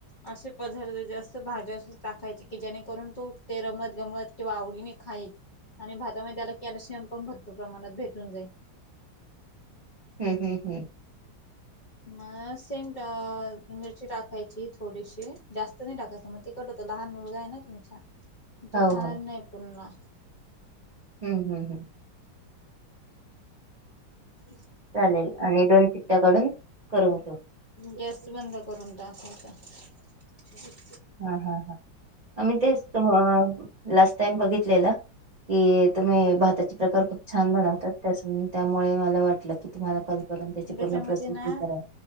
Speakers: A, on the left; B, on the right.
A: असे पदार्थ जास्त भाज्या अस टाकायचे की जेणेकरून तो ते रमत गमत किंवा आवडीने खाईल आणि भातामध्ये त्याला कॅल्शियम पण भरपूर प्रमाणात भेटून जाईल.
B: हम्म हम्म हम्म.
A: म सेम मिरची टाकायची. थोडीशी जास्त नाही टाकायचं म ते तिखट होतं लहान मुलगा आहे ना तुमचा. तो
B: हो
A: खाणार
B: हो
A: नाही पुन्हा.
B: हम्म हम्म हम्म.
A: <inaudible>
B: चालेल आणि दोन शिट्ट्या काढून करून घेऊ
A: गॅस बंद करून. <unintelligible>
B: हा हा हा आमी तेच तर मग हम्मंम्म लास्ट - त्यानी बघितलेलं की तुम्ही भाताचे प्रकार खूप छान बनवता. त्यामुळे मला वाटलं की तुम्हाला कॉल करून त्याची
A: त्याच्यामध्ये
B: पूर्ण प्रोसेस
A: ना
B: विचारावी